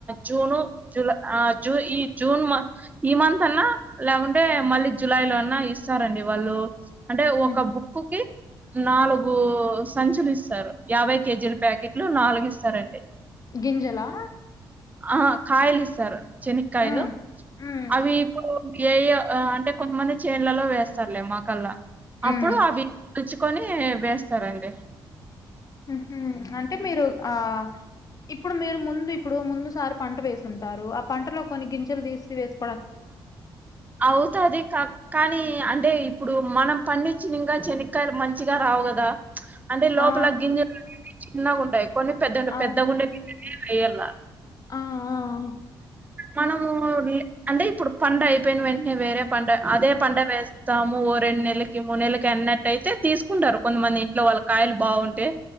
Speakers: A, on the right; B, on the left.
A: జూను జూలై ఆ జూ ఈ జూన్ ఈ మంత్ అన్నా లేకుంటే మళ్ళీ జులై లో అన్నా ఇస్తారండి వాళ్ళు అంటే
B: హ్మ్.
A: ఒక బుక్కికీ నాలుగు సంచులు ఇస్తారు యాభై కేజీల ప్యాకెట్లు నాలుగు ఇస్తారండి
B: గింజలా
A: ఆ కాయలు ఇస్తారు శనగకాయలు
B: హ్మ్ హ్మ్
A: అవి ఇప్పుడు ఏ అంటే కొంతమంది చేన్లలో వేస్తారులే మాకల్లా
B: హ్మ్
A: అప్పుడు అవి రుచ్చుకొని వేస్తారండి
B: ఉహు అంటే మీరు ఆ ఇప్పుడు మీరు ముందు ఇప్పుడు ముందుసారి పంట వేసుంటారు ఆ పంటలో కొన్ని గింజలు తీసి వేసు
A: అవుతది కానీ అంటే ఇప్పుడు మనం పండి చికా శనక్కయలు మంచిగా రావు కదా అంటే లోపల
B: ఆ!
A: గింజలు చిన్నగా ఉంటాయి కొన్ని పెద్ద ఉంట
B: అవును.
A: పెద్ద ఉండనే వెయ్యలా
B: ఆ ఆ
A: మనము అంటే ఇప్పుడు పంట అయిపోయిన వెంటనే వేరే పంట అదే పంట వేస్త తాము ఓ రెండు నెలకి మూడు నెలకి అన్నట్టయితే తీసుకుంటారు కొంతమంది ఇంట్లో వాళ్ళ కాయలు బాగుంటాయి